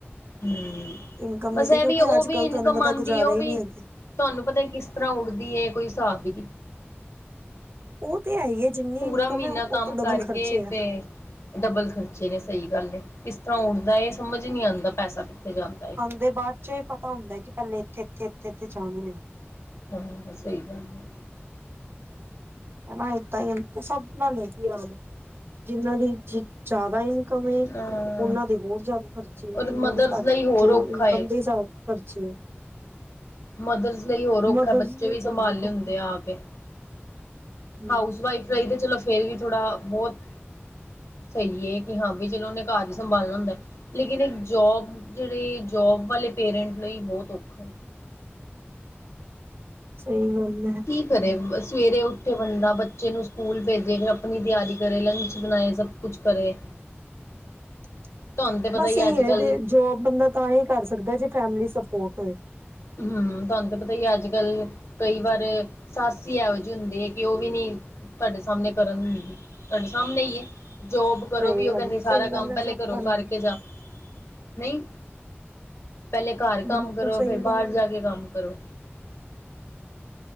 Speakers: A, on the left (about 80°); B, on the right (about 60°).
A: ਹੂੰ,
B: ਇਨਕਮ
A: ਬਸ
B: ਵੀ ਤੇ
A: ਇਹ
B: ਕਿਉਂਕਿ
A: ਉਹ
B: ਅੱਜ
A: ਵੀ
B: ਕੱਲ੍ਹ
A: ਇਨਕਮ
B: ਤੁਹਾਨੂੰ ਪਤਾ
A: ਆਂਦੀ
B: ਗੁਜ਼ਾਰਾ
A: ਉਹ
B: ਹੀ
A: ਵੀ
B: ਨਹੀਂ ਹੈਗਾ।
A: ਤੁਹਾਨੂੰ ਪਤਾ ਕਿਸ ਤਰ੍ਹਾਂ ਉੱਡਦੀ ਏ ਕੋਈ ਹਿਸਾਬ ਵੀ
B: ਉਹ ਤੇ ਹੈ ਹੀ। ਜਿੰਨੀ
A: ਪੂਰਾ
B: ਇਨਕਮ
A: ਮਹੀਨਾ
B: ਹੈ ਉਹ
A: ਕੰਮ
B: ਤੋਂ ਡਬਲ
A: ਕਰਕੇ
B: ਖਰਚੇ ਹੈ
A: ਤੇ। ਡਬਲ ਖਰਚੇ ਨੇ ਸਹੀ ਗੱਲ ਹੈ, ਕਿਸ ਤਰ੍ਹਾਂ ਉੱਡਦਾ ਹੈ ਸਮਝ ਨਹੀਂ ਆਉਂਦਾ ਪੈਸਾ ਕਿੱਥੇ ਜਾਂਦਾ ਹੈ।
B: ਦੇ ਬਾਅਦ ਚ। ਪਤਾ ਹੁੰਦਾ ਕਿ ਪਹਿਲੇ ਇੱਥੇ- ਇੱਥੇ -ਇੱਥੇ- ਇੱਥੇ ਜਾਣੇ ਆ
A: ਹੂੰ, ਸਹੀ ਗੱਲ ਆ
B: ਹਨਾ ਏਦਾਂ ਹੀ ਸਭ ਨਾਲ ਨੇ ਕੀ ਆ ਜਿਨਾਂ ਦੀ ਜ਼ਿਆਦਾ ਹੀ। ਕਮੀ,
A: ਹਾਂ
B: ਉਹਨਾਂ ਦੇ ਹੋਰ ਜ਼ਿਆਦਾ ਖਰਚੇ ਹੈ,
A: ਔਰ
B: ਜਿਹਨਾਂ
A: ਮਦਰਸ
B: ਦੇ ਘੱਟ
A: ਲਈ ਹੋਰ
B: ਜੋ
A: ਔਖਾ
B: ਇਨਕਮ
A: ਏ।
B: ਦੇ ਹਿਸਾਬ ਨਾਲ ਖਰਚੇ ਹੈ।
A: ਮਦਰਸ ਲਈ ਹੋਰ ਔਖਾ
B: ਮਦਰਸ
A: ਬੱਚੇ
B: ਲਈ
A: ਵੀ ਸੰਭਾਲਣੇ
B: ਤੇ ਬਹੁਤ ਔਖਾ
A: ਹੁੰਦੇ
B: ਹੈ
A: ਆ ਕੇ।
B: ਹਮ
A: ਹਾਊਸ ਵਾਈਫ ਰਾਹੀਂ ਤੇ ਚਲੋ ਫੇਰ ਵੀ ਥੋੜਾ ਬਹੁਤ- ਸਹੀ ਹੈ ਕਿ ਹਾਂ ਵੀ ਚਲੋ ਉਹਨੇ ਘਰ ਹੀ ਸੰਭਾਲਣਾ ਹੁੰਦਾ। ਲੇਕਿਨ ਇੱਕ ਜੋਬ ਜਿਹੜੇ ਜੋਬ ਵਾਲੇ ਪੇਰੈਂਟ ਲਈ ਬਹੁਤ ਔਖਾ
B: ਸਹੀ ਗੱਲ ਐ
A: ਕੀ ਕਰੇ ਸਵੇਰੇ ਉੱਠੇ ਬੰਦਾ ਬੱਚੇ ਨੂੰ ਸਕੂਲ ਭੇਜੇ, ਫਿਰ ਆਪਣੀ ਤਿਆਰੀ ਕਰੇ, ਲੰਚ ਬਣਾਏ ਸਭ ਕੁਛ ਕਰੇ।
B: <inaudible> <inaudible>
A: ਤੁਹਾਨੂੰ ਤੇ ਪਤਾ
B: ਬਸ
A: ਹੀ
B: ਇਹੀ
A: ਅੱਜ ਕੱਲ
B: ਹੈ ਜੋਬ ਬੰਦਾ ਤਾਂ ਹੀ ਕਰ ਸਕਦਾ ਜੇ ਫੈਮਲੀ ਸਪੋਰਟ ਹੋਏ।
A: ਹਮ ਤੁਹਾਨੂੰ ਤਾਂ ਪਤਾ ਹੀ ਅੱਜ ਕੱਲ ਕਈ ਵਾਰ ਸਸ ਇਹੋ ਜਿਹੀ ਹੁੰਦੀ ਹੈ ਕਿ ਉਹ ਵੀ ਨਹੀਂ। ਤੁਹਾਡੇ ਸਾਹਮਣੇ ਕਰਨ ਤੁਹਾਡੇ ਸਾਹਮਣੇ ਹੀ ਹੈ ਜੋਬ। ਕਰੋ
B: ਸਹੀ
A: ਵੀ ਉਹ
B: ਗੱਲ
A: ਕਹਿੰਦੇ
B: ਹੈ
A: ਸਾਰਾ
B: ਸਹੀ ਗੱਲ
A: ਕੰਮ ਪਹਿਲੇ
B: ਹੈ ਸਭ
A: ਘਰੋਂ
B: ਗੱਲ
A: ਕਰਕੇ
B: ਹੈ,
A: ਜਾ, ਨਹੀਂ ਪਹਿਲੇ ਘਰ
B: ਬਿਲਕੁਲ
A: ਕੰਮ ਕਰੋ,
B: ਸਹੀ
A: ਫੇਰ
B: ਗੱਲ
A: ਬਾਹਰ ਜਾ
B: ਹੈ
A: ਕੇ ਕੰਮ ਕਰੋ।